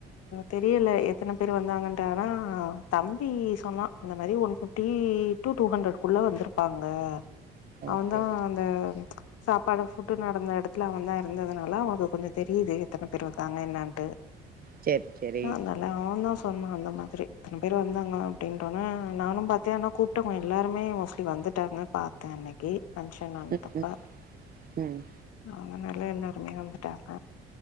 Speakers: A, on the left; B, on the right.
A: தெரியல எத்தன பேர் வந்தாங்கன்டு அதன் தம்பி சொன்னா இந்த மாதிரி ஒரு ஃப்பிட்டி டூஹண்ட்ரட்குள்ள வந்துரு விப்பாங்க அவன்
B: ஓகே
A: தா அந்த சாப்பாடு ஃபுட்டு நடந்த எடத்துல அவன்தாயிருந்ததுனால அவனுக்கு கொஞ்ச தெரியுது எத்தன பேர் வந்தாங்க என்னான்ட்டு
B: சேரி சேரி
A: ஆ நல்லா அவன்தா சொன்னா அந்த மாரி இத்தன பேர் வந்தாங்க அப்டின்ற நானோம் பாத்தேன் கூப்டவங்க எல்லாருமே மோஸ்ட்லி வந்து ட்டாங்க பார்த்தே அன்னைக்கு ஃபன்ஷன் நடந்தப்ப
B: ம் ம் ம்
A: அந்த மாதிரி தான் எல்லாருமே வந்துட்டாங்க